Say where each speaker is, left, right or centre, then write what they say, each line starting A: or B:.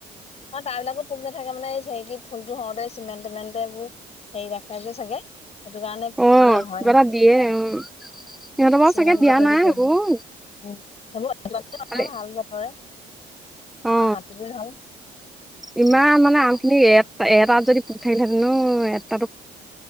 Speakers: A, on the left; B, in the centre.
A: অ' তাৰ বিলাকত পোক নাথাকে মানে হেৰি কি ফুলটো হওঁতে চিমেণ্ট টিমেণ্ট এইবোৰ সেই ৰাখে যে চাগে সেইটো কাৰণে পোকবোৰ
B: অ
A: নহয়
B: কিবা
A: নেকি?
B: এটা দিয়ে উম সিহঁতৰ বাৰু
A: চিমেণ্ট
B: চাগে দিয়া
A: ধূলি
B: নাই সেইবোৰ
A: পৰে যে। উম, সেইবোৰ
B: খালি
A: ভাল যাতে।
B: অ
A: মাতিলেই হ'ল।
B: ইমান মানে আম খিনি এ এটাত যদি পোক থাকিলেহেতেনো অ'।